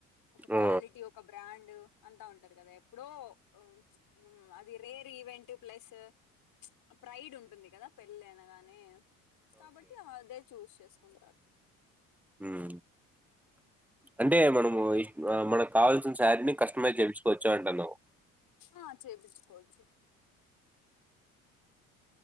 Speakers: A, on the left; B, in the centre.
A: ఒక క్వాలిటీ,
B: ఆ!
A: ఒక బ్రాండ్ అంతా ఉం ఉంటరు గదా ఎప్పుడో ఆ ప్చ్ ఊ అది రేర్ ఈవెంట్. ప్లస్సా ప్చ్ ప్రైడ్ ఉంటుంది గదా పెళ్ళి అనగానే. కాబట్టి అదే చూస్ చేసుకుంటారు.
B: ఊ అంటే మనమూ ఇ ఆ మనకు కావాల్సిన శారీని కష్ట్ మైజ్ చెపిచ్చుకోవచ్చు అంటున్నావ్.
A: ఆ చేపిచ్చుకోవచ్చు.